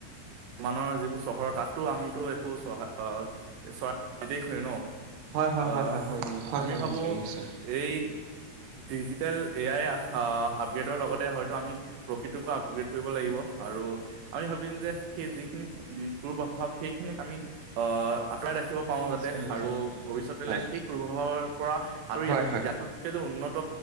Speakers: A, on the right; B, on the right.
A: মানৰ যিবোৰ চহৰৰ তাততো আমিতো একো চহ চৰা নিৰ্দেশ ল ন।
B: হয় হয়
A: আহ,
B: হয় হয় হয় হয় হয় হয়
A: আমি
B: হয়
A: ভাবোঁ
B: নিশ্চয় নিশ্চয়
A: এই ডিজিটেল এ আই আপগ্ৰেডৰ লগতে হয়তো আমি প্ৰকৃটোকো আপগ্ৰেড কৰিব লাগিব আৰু আমি ভাবিম যে সেই যিখিনি উম কুুৰ প্ৰভাৱ সেইখিনিক আমি আহ আঁতৰাই ৰাখিব পাৰো
B: নিশ্চয়
A: যাতে
B: নিশ্চয়
A: আৰু ভৱিষ্যতলৈ
B: হয়
A: সেই কূপ্ৰভাৰৰ পৰা আৰু ইয়া
B: হয়
A: ইয়াটোতকে যে উন্নত